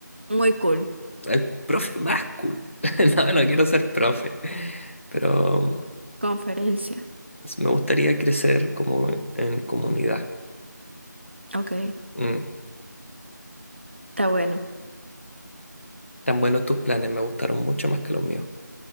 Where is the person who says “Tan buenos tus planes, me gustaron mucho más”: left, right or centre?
Left